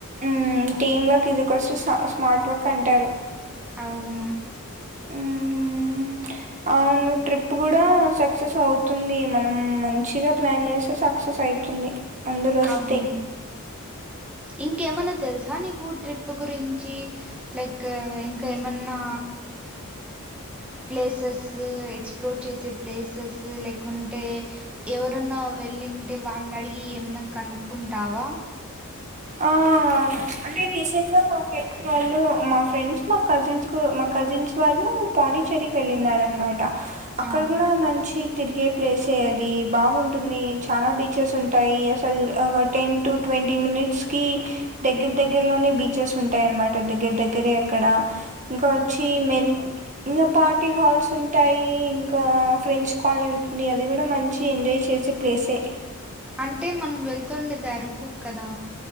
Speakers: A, on the right; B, in the centre.
A: ఉం team work ఇజికోస్ to smart work అంటారు
B: అవును
A: ఉం అవును ట్రిప్ కూడా సక్సెస్ అవుతుంది మనం మంచిగా ప్లాన్ చేస్తే సక్సెస్ అయితుంది అందరు వస్తే
B: అవును. ఇంకేమన్నా తెలుసా నీకు ట్రిప్ గురించి లైక్ ఇంకా ఏమన్నా ప్లేసెస్ ఎక్స్ప్లోర్ చేసే ప్లేసెస్ లేకుంటే ఎవరన్నా వెళ్ళింటే వాళ్ళని అడిగి ఏమన్నా కనుక్కుంటావా
A: ఆ అంటే రీసెంట్ గా మా ఫ్రెండ్స్ వాళ్ళు మా ఫ్రెండ్స్ మా కజిన్స్ మా కజిన్స్ వాళ్ళు పాండిచ్చేరికి వెళ్ళినార అనమాట అక్కడ
B: ఆ
A: కూడా మంచి తిరిగే ప్లేసే అది బాగుంటుంది చాలా బీచెస్ ఉంటాయి అసలు ఒక టెన్ టు ట్వంటీ మినిట్స్ కి దగ్గర దగ్గరలోనే బీచెస్ ఉంటాయ అన్నమాట దగ్గర దగ్గరే అక్కడ ఇంకా వచ్చి మె ఇంకా పార్టీ హాల్స్ ఉంటాయి ఇంకా ఫ్రెండ్స్ కాలనీ ఉంటుంది అది కూడా మంచి ఎంజాయ్ చేసే ప్లేసే
B: అంటే మనం వెళ్ తొండదారు కూక్కదా